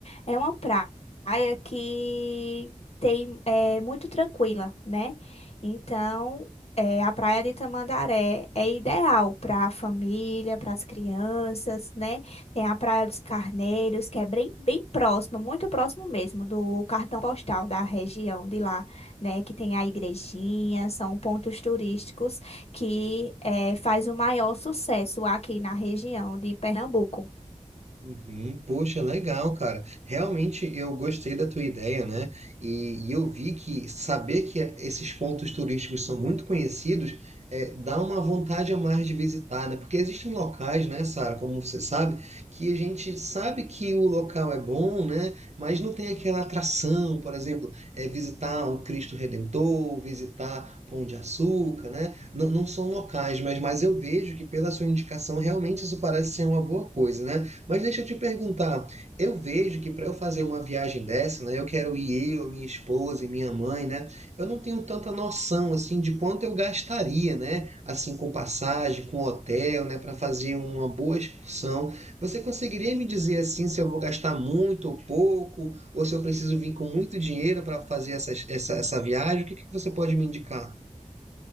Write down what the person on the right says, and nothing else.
Uhum. Poxa, legal, cara. Realmente eu gostei da tua ideia, né? E, e eu vi que saber que é, esses pontos turísticos são muito conhecidos é, dá uma vontade a mais de visitar, né? Porque existem locais, né, Sara, como você sabe, que a gente sabe que o local é bom, né? Mas não tem aquela atração, por exemplo, é visitar o Cristo Redentor, visitar Pão de Açúcar, né? Não, não são locais, mas, mas eu vejo que pela sua indicação realmente isso parece ser uma boa coisa, né? Mas deixa eu te perguntar, eu vejo que para eu fazer uma viagem dessa, né, eu quero ir eu, minha esposa e minha mãe, né? Eu não tenho tanta noção assim de quanto eu gastaria, né? Assim com passagem, com hotel, né, para fazer uma boa excursão. Você conseguiria me dizer assim se eu vou gastar muito ou pouco, ou se eu preciso vir com muito dinheiro para fazer essa, essa, essa viagem? O que que você pode me indicar?